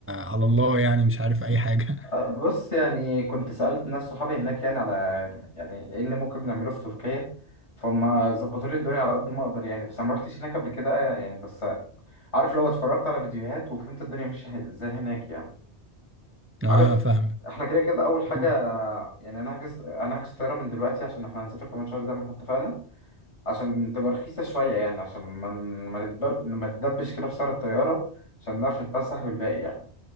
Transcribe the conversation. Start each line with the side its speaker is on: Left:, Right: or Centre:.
Right: على الله يعني مش عارف اي حاجه <laughs>
Left: آه، بص يعني كنت سألت ناس صحابي هناك يعني على يعني ايه اللي ممكن نعمله في تركيا فهم ظبطوا لي الدنيا على قد ما اقدر يعني بس انا ما رحتش هناك قبل كده يعني بس عارف لو اتفرجت على فيديوهات وفهمت الدنيا ماشيه ازاي هناك يعني
Right: اه
Left: عارف
Right: فاهمك
Left: احنا كده كده اول حاجه
Right: مم.
Left: يعني انا هحجز انا هحجز طياره من دلوقتي عشان احنا هنسافر كمان شهر زي ما احنا اتفقنا عشان تبقى رخيصه شويه يعني عشان ما ما نتب- ما نتدبش كده في سعر الطياره عشان نعرف نتفسح بالباقي يعني